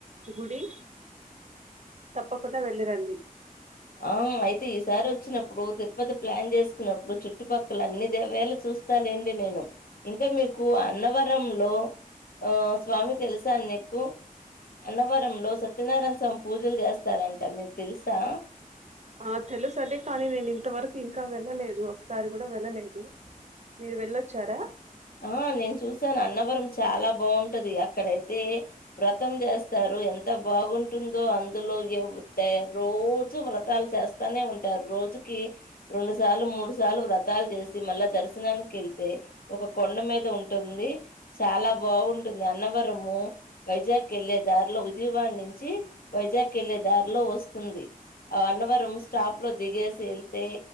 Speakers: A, on the right (about 50°); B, on the left (about 80°).
A: గుడి తప్పకుండా వెళ్ళిరండి
B: ఆ అయితే ఈసారి ఒచ్చినప్పుడు తిరుపతి ప్లాన్ చేసుకున్నప్పుడు చుట్టుపక్కల అన్ని దేవ్యాలు చూస్తాలేండి నేను ఇంకా మీకు అన్నవరం లో ఆ స్వామి తెల్సా నీకు అన్నవరంలో సత్యనారాయణ సామ్ పూజలు చేస్తారంట మీకు తెల్స్ తా
A: ఆ తెలుసు అండి కానీ నేను ఇంతవరకు ఇంకా వెళ్ళలేదు ఒకసారి కూడా వెళ్ళలేదు మీరు వెళ్ళొచ్చారా
B: ఆ నేన్ చూస్ చానా అన్నవరం చాలా బావుంటది అక్కడైతే వ్రతం జేస్తారు ఎంత బాగుంటుందో అందులో ఏవు టయర్ రోజు వ్రతాలు చేస్తానే ఉంటారు రోజుకి రొండు సార్లు మూడు సార్లు వ్రతాలు చేసి మళ్ళా దర్శనానికి ఎళ్తే ఒక కొండ మీద ఉంటుంది చాలా బాగుంటుంది అన్నవరము వైజాగ్ ఎళ్ళే దారిలో విజయవాడ్ నించి వైజాగ్ ఎళ్ళే దారిలో ఒస్తుంది ఆ అన్నవరం స్టాప్ లో దిగేసి ఎళ్తే